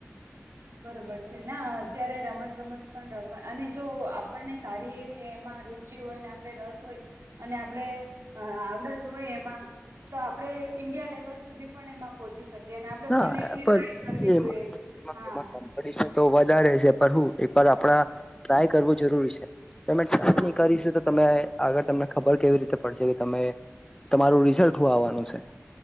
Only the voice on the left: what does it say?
હા
પણ
એમાં
એમાં કોમ્પિટશન તો વધારે છે પણ હું એ આપડા ટ્રાય કરવું જરૂરી છે. તમે
ની કરીશું તો તમે આગળ તમને ખબર કેવી રીતે પડશે કે તમે તમારું રિઝલ્ટ હુ આવવાનું છે